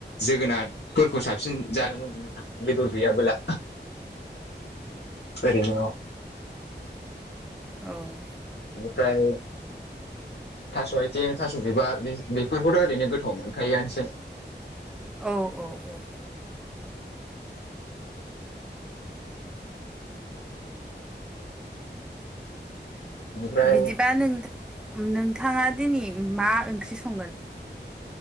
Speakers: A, on the left (about 65°); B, in the centre.
A: जोगोनारफोरखौ साबसिन जानो मोनो नोंथां बेदर गैयाबोला ओरैनो औ।
B: औ
A: बिनिफ्राय थास' आथिं थास' बिबार बेफोरखौथ' ओरैनो गोथाव मोनखायोआनोसै
B: औ औ औ।
A: बेनिफ्राय
B: बिदिबा नों नोंथाङा दिनै मा ओंख्रि संगोन?